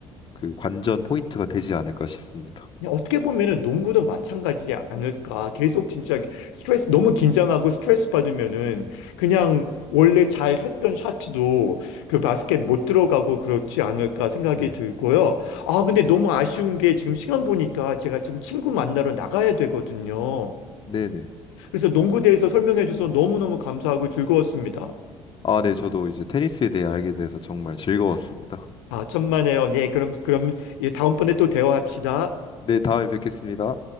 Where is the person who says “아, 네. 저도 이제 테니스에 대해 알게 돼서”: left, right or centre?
Left